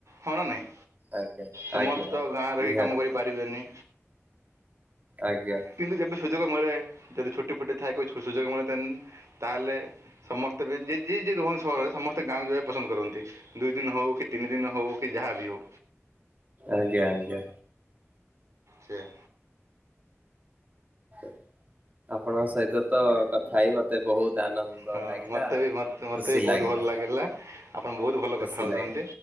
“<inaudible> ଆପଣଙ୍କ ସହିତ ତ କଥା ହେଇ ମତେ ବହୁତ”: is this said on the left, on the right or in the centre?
Right